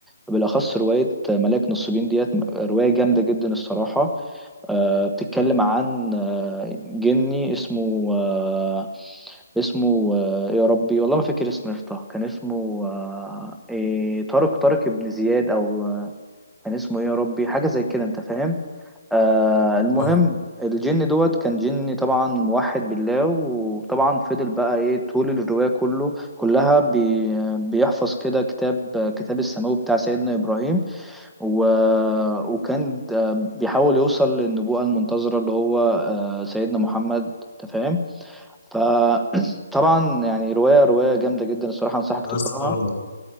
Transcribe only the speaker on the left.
اه
يا اسطى